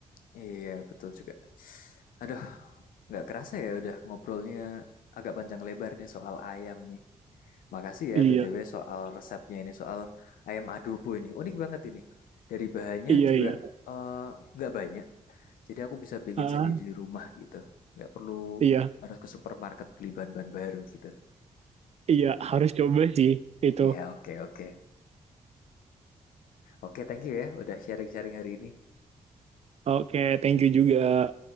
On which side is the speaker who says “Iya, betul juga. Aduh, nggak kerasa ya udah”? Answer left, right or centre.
Left